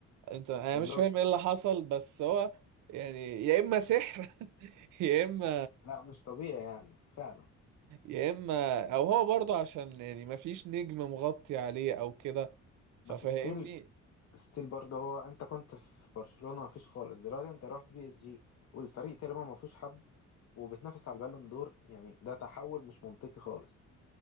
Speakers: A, on the right (about 80°); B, on the left (about 55°).
A: انت انا
B: بالظبط
A: مش فاهم ايه اللي حصل بس هو يعني يا اما سحر <laughs> يا اما
B: لا مش طبيعي يعني فعلا
A: يا اما او هو برضه عشان يعني ما فيش نجم مغطي عليه او كده ففهمني
B: بس ستيل ستيل برضه هو انت كنت في برشلونة ما فيش خالص دلوقتي انت رحت بي اس جي والفريق تقريبا ما فيهوش حد وبتنافس على البالون دور يعني ده تحول مش منطقي خالص